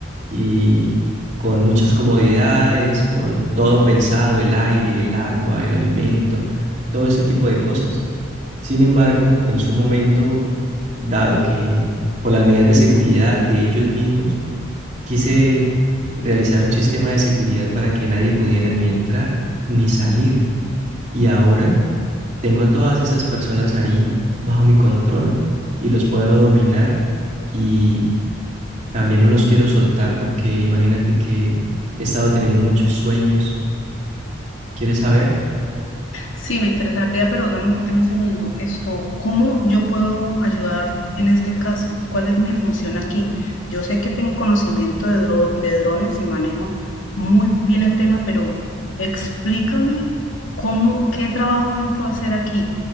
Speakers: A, on the right; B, on the left.
A: y con muchas comodidades, con todo pensado, el aire, el agua, el alimento, todo ese tipo de cosas. Sin embargo, en su momento, dado que por las medidas de seguridad de ellos mismos, quise realizar un sistema de seguridad para que nadie pudiera ni entrar ni salir. Y ahora tengo a todas esas personas ahí bajo mi control y los puedo dominar y también no los quiero soltar porque imagínate que he estado teniendo muchos sueños. ¿Quieres saber?
B: Sí, me interesaría, pero dame, dame un segundo. Esto, ¿cómo yo puedo ayudar en este caso? ¿Cuál es mi función aquí? Yo sé que tengo conocimiento de, dro- de drones y manejo muy bien el tema, pero explícame cómo, qué trabajo entro a hacer aquí,